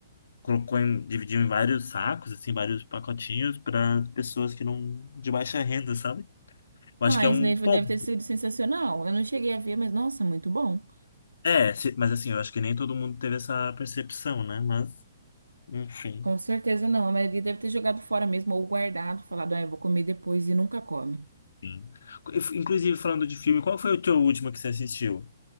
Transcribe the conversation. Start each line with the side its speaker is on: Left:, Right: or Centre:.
Left: colocou em, dividiu em vários sacos, assim, vários pacotinhos para pessoas que não, de baixa renda, sabe? Eu
Right: Ah,
Left: acho que é
Right: isso
Left: um
Right: daí
Left: ponto.
Right: foi- deve ter sido sensacional. Eu não cheguei a ver, mas nossa, muito bom.
Left: É, se- mas assim, eu acho que nem todo mundo teve essa percepção, né? Mas, enfim.
Right: Com certeza não. A maioria deve ter jogado fora mesmo ou guardado, falado, ah, eu vou comer depois e nunca come.
Left: enfim. Inf- Inclusive, falando de filme, qual foi o teu último que você assistiu?